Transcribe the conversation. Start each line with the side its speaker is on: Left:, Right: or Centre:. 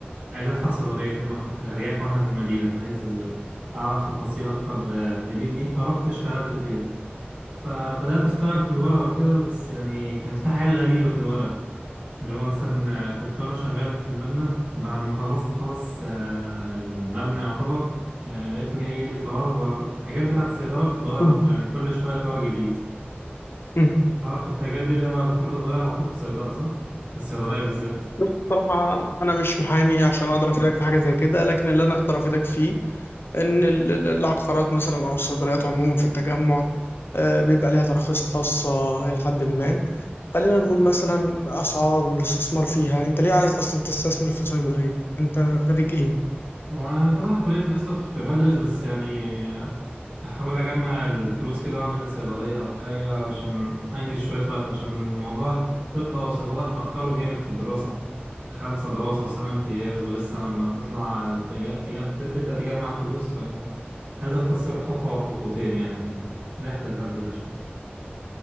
Right: عايز افتح صيدليتين واحدة في الأرياف واحدة في المدينة فعايز أعرف تفاصيل أكتر آه، في دي ودي فرحت اشتغلت فيه فبدأت أشتغل في الورق وكده بس يعني كانت في حاجات غريبة في الورق اللي هو مثلا آه، كنت وأنا شغال في المبنى بعد ما خلصت خلاص آه، المبنى يعتبر آه، لقيته جاي لي قرار هو الحاجات بتاعة الصيدلة بتتغير
Left: مم.
Right: على طول يعني كل شوية قرار جديد
Left: مم.
Right: تعرف الحاجات دي اللي هو القرار بتتغير على طول في الصيدلة صح؟ في الصيدلية بالذات
Left: بص بصراحة أنا مش محامي عشان أقدر أفيدك في حاجة زي كده لكن اللي أنا أقدر أفيدك فيه إن ال- ال- العقارات مثلا أو الصيدليات عموما في التجمع آه، بيبقى ليها تراخيص خاصة إلى حد ما خلينا نقول مثلا أسعار والاستثمار فيها أنت ليه عايز أصلا تستثمر في صيدلية أنت خريج إيه
Right: وأنا تبع كلية لسه في بدرس بس يعني بحاول أجمع الفلوس كده وأعمل لي صيدلية أو حاجة عشان أنجز شوية وقت عشان موضوع الطب أو الصيدلة بيتأخروا جامد في الدراسة خمسة دراسة وسنة امتياز ولسه ما تطلع تج- تج- تبدأ تجمع فلوس فعايز أختصر خطوة أو خطوتين يعني في الرحلة الهبلة دي شوية